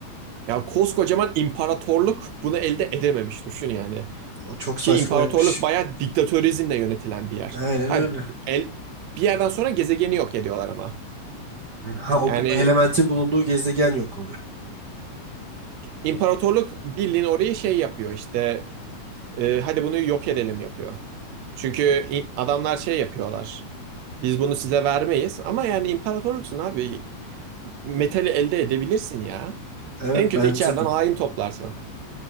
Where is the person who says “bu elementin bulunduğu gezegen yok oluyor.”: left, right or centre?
Right